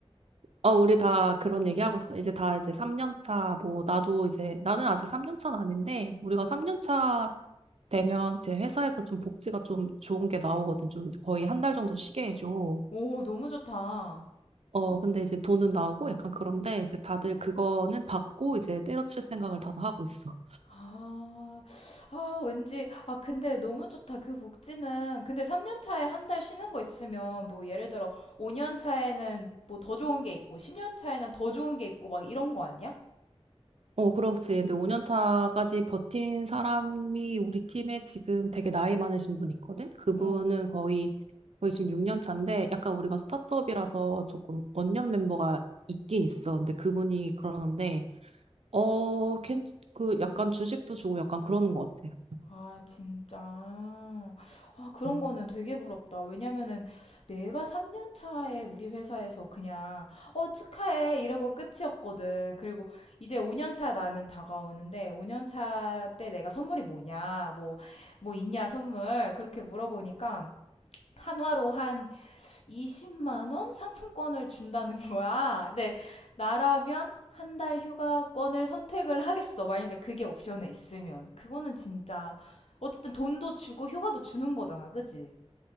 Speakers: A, on the right (about 75°); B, on the left (about 75°).
A: 어, 우리 다 그런 얘기하고 있어. 이제 다 이제 3년 차, 뭐, 나도 이제, 나는 아직 3년 차는 아닌데, 우리가
B: 어.
A: 3년 차 되면 이제 회사에서 좀 복지가 좀 좋은 게 나오거든. 좀 거의 한 달 정도 쉬게 해줘.
B: 오, 너무 좋다.
A: 어, 근데 이제 돈은 나오고 약간 그런데 이제 다들 그거는 받고 이제 때려칠 생각을 다들 하고 있어.
B: 아. 아 왠지 아 근데 너무 좋다. 그 복지는 근데 3년 차에 한 달 쉬는 거 있으면 뭐 예를 들어 5년 차에는 뭐 더 좋은 게 있고 10년 차에는 더 좋은 게 있고 막 이런 거 아니야?
A: 어, 그렇지. 근데 5년 차까지 버틴 사람이 우리 팀에 지금 되게 나이 많으신 분 있거든? 그분은
B: 어.
A: 거의, 거의 지금 6년 차인데 약간 우리가 스타트업이라서 조금 언년 멤버가 있긴 있어. 근데 그분이 그러는데, 어, 괜, 그 약간 주식도 주고 약간 그러는 것 같아.
B: 아, 진짜. 아,
A: <laughs>
B: 그런
A: 음.
B: 거는 되게 부럽다. 왜냐면은 내가 3년 차에 우리 회사에서 그냥, 어, 축하해. 이러고 끝이었거든. 그리고 이제 5년 차 나는 다가오는데, 5년 차 때 내가 선물이 뭐냐, 뭐, 뭐 있냐, 선물. 그렇게 물어보니까, 한화로 한 20만 원 상품권을 준다는 거야. 근데 나라면 한 달 휴가권을 선택을 하겠어. 만약에 그게 옵션에 있으면. 그거는 진짜 어쨌든 돈도 주고 휴가도 주는 거잖아. 그지?